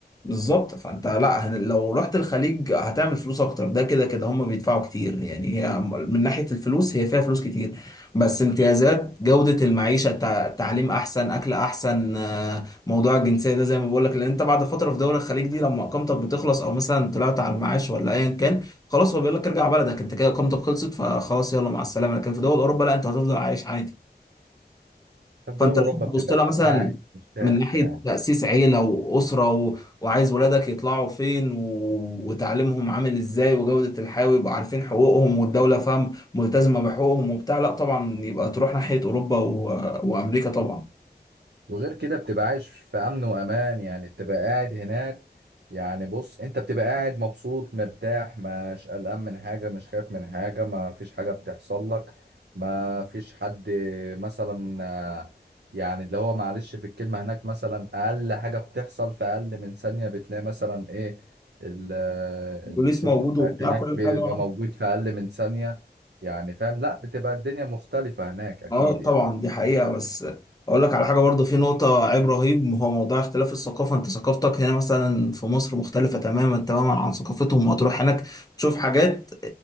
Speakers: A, on the left; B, on the right.
A: بالظبط فانت لا هن- لو رحت الخليج هتعمل فلوس اكتر ده كده كده هم بيدفعوا كتير يعني هي من ناحية الفلوس هي فيها فلوس كتير بس امتيازات جودة المعيشة التع- تعليم احسن اكل احسن آه، موضوع الجنسية ده زي ما بقول لك لان انت بعد فترة في دولة الخليج دي لما اقامتك بتخلص او مثلا طلعت على المعاش ولا ايا كان خلاص هو بيقول لك ارجع بلدك انت كده اقامتك خلصت فخلاص يلا مع السلامة لكن في دول اوروبا لا انت هتفضل عايش عادي
B: انت في
A: فانت
B: دول أوروبا
A: لو بتبص
B: بتبقى
A: لها مثلا
B: قاعد مرتاح
A: من ناحيه
B: يعني
A: تاسيس عيله واسره و... وعايز ولادك يطلعوا فين و... وتعليمهم عامل ازاي وجوده الحياه ويبقوا عارفين حقوقهم والدوله فاهم ملتزمه بحقوقهم وبتاع لا طبعا يبقى تروح ناحيه اوروبا و... وامريكا طبعا
B: وغير كده بتبقى عايش في امن وامان يعني بتبقى قاعد هناك يعني بص انت بتبقى قاعد مبسوط مرتاح مش قلقان من حاجة مش خايف من حاجة ما فيش حاجة بتحصل لك ما فيش حد مثلا آه، يعني اللي هو معلش في الكلمة هناك مثلا اقل حاجة بتحصل في اقل من ثانية بتلاقي مثلا ايه ال- آه،
A: بوليس
B: الشرطة
A: موجود
B: بتاعت
A: وبتاع
B: هناك
A: كل
B: بيبقى
A: حاجه آه.
B: موجود في اقل من ثانية يعني فاهم لا بتبقى الدنيا مختلفة هناك اكيد
A: اه طبعا
B: يعني
A: دي حقيقة بس اقول لك على حاجة برضو في نقطة عيب رهيب هو موضوع اختلاف الثقافة انت ثقافتك هنا مثلا في مصر مختلفة تماما تماما عن ثقافتهم وهتروح هناك تشوف حاجات